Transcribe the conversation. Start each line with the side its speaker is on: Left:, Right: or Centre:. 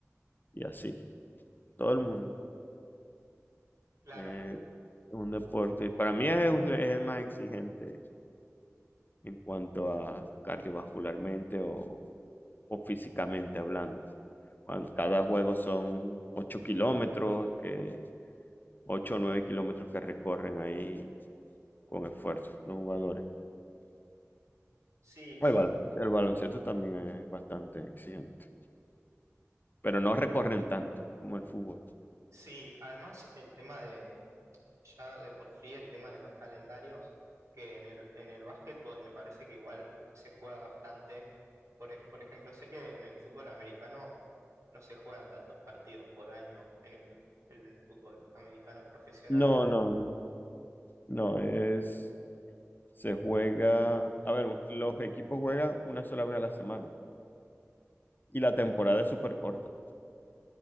Left: y así. Todo el mundo.
Right: Claro,
Left: Eh, un deporte, para mí es, el es el más exigente en cuanto a cardiovascularmente o, o físicamente hablando. Cuan- Cada juego son 8 kilómetros, que 8 o 9 kilómetros que recorren ahí con esfuerzo los jugadores.
Right: sí,
Left: El,
Right: sí,
Left: bal- el baloncesto también es bastante exigente, pero no recorren tanto como el fútbol.
Right: sí. Además, el tema de ya de por sí el tema de los calendarios, que en el, en el básquetbol me parece que igual se juega bastante. Por, e- por ejemplo, sé que en el fútbol americano no se juegan tantos partidos por año en el, en el fútbol americano profesional.
Left: No, no, no. No, es Se juega, a ver, un- los equipos juegan una sola vez a la semana y la temporada es súper corta.